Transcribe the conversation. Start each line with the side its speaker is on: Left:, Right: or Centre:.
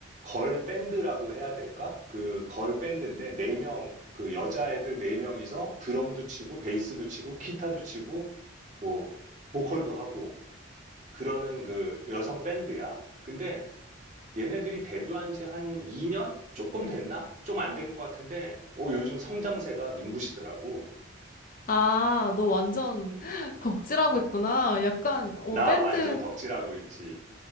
Right: 걸 밴드라고 해야 될까? 그 걸 밴드인데 네 명 그 여자애들 네 명이서 드럼도 치고 베이스도 치고 기타도 치고 뭐 보컬도 하고 그러는 그 여성 밴드야. 근데 얘네들이 데뷔한 지 한 2년 조금 됐나? 좀 안된 것 같은데 어, 요즘 성장세가 눈부시더라고.
Left: 아, 너 완전 <gasps> <laughs> 덕질하고 있구나. 약간, 어,
Right: 나
Left: 밴드.
Right: 완전 덕질하고 있지.